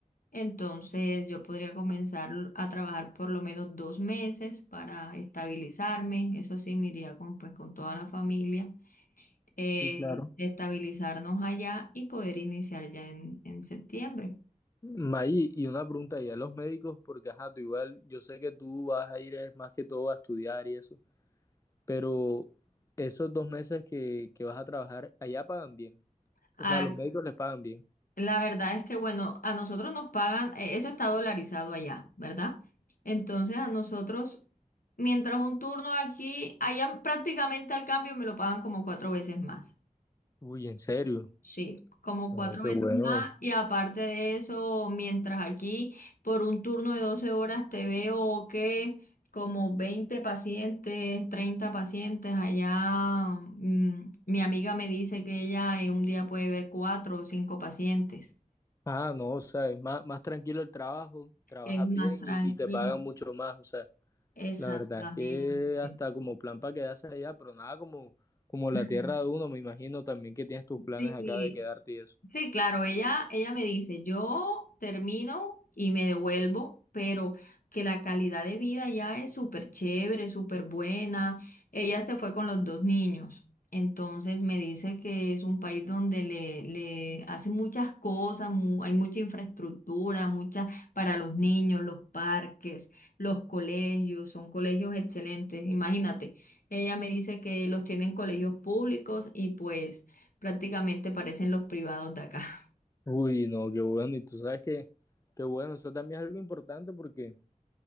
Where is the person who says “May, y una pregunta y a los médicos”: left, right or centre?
Left